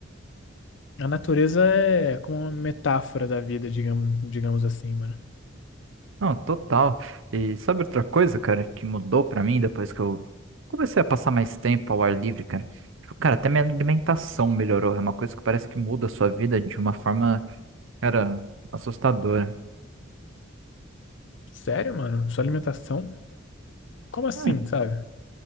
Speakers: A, on the left (about 65°); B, on the right (about 75°).
A: A natureza é como uma metáfora da vida, digamos, digamos assim, mano.
B: Não, total. E sabe outra coisa, cara, que mudou pra mim depois que eu comecei a passar mais tempo ao ar livre, cara? Tipo, cara, até minha alimentação melhorou. É uma coisa que parece que muda a sua vida de uma forma, cara, assustadora.
A: Sério, mano? Sua alimentação? Como assim,
B: É,
A: sabe?